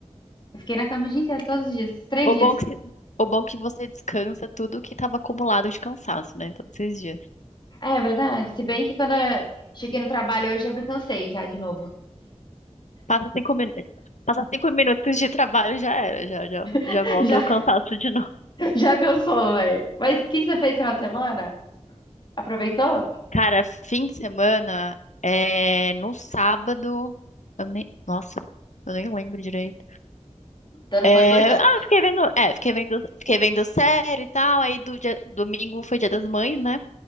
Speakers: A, on the left; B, on the left.
A: Eu fiquei na cama o dia inteiro, todos os dias. Três
B: O
A: dias.
B: bom que, o bom que você descansa tudo que estava acumulado de cansaço, né? Todos esses dias.
A: É, é verdade. Se bem que quando eu cheguei no trabalho hoje, eu me cansei já de novo.
B: Passa cinco minutos. Passa cinco minutos de trabalho já era, já, já,
A: <laughs>
B: já volta
A: Já,
B: o cansaço de novo.
A: já cansou, velho. Mas o que você fez no final de semana? Aproveitou?
B: Cara, fim de semana, é, no sábado, eu nem, nossa, eu nem lembro direito.
A: Então não
B: É,
A: foi importante.
B: ah, fiquei vendo, é, fiquei vendo, fiquei vendo série e tal. Aí do dia- domingo foi Dia das Mães, né?